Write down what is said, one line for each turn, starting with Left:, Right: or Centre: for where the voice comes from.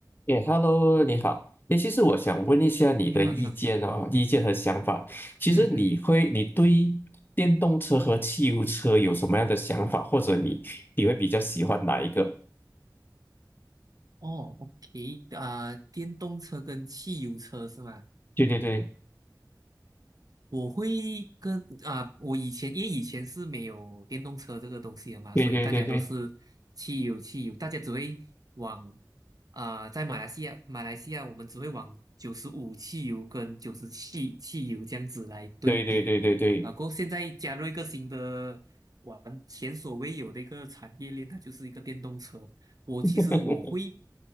Left: 哎，Hello，你好。哎，其实我想问一下你的意见哦，
Right: 你好，你好，
Left: 意见和想法。其实你会，
Right: 嗯嗯，
Left: 你对电动车和汽油车有什么样的想法，或者你你会比较喜欢哪一个？
Right: 哦，OK，啊、电动车跟汽油车是吗？
Left: 对对对
Right: 我会跟啊、我以前因为以前是没有电动车这个东西的嘛，
Left: 对对对对
Right: 所以大家都是汽油汽油，大家只会往啊、在马来西亚马来西亚我们只会往九十五汽油跟九十七汽油这样子来对比，
Left: 对对对对对，
Right: 然后现在加入一个新的玩前所未有的一个产业链，它就是一个电动车。我其实我会，
Left: <laughs>